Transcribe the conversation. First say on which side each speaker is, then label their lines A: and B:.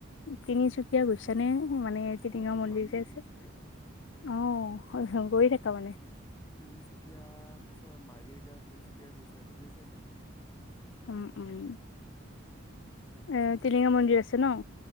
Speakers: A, on the left (about 60°); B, on the left (about 15°).
A: তিনিচুকীয়া গৈছেনে? মানে টিলিঙা
B: অ মোৰ
A: মন্দিৰ
B: মামীয়ে
A: যে
B: তিনিচুকীয়া
A: আছে। অ হ হ গৈ থাকা মানে।
B: তিনিচুকীয়া তচৰ মাৰ্গেটা তিনিচুকীয়া সেই চাইডো গৈছাই চাগে?
A: উম উম এ টিলিঙা মন্দিৰ আছে ন?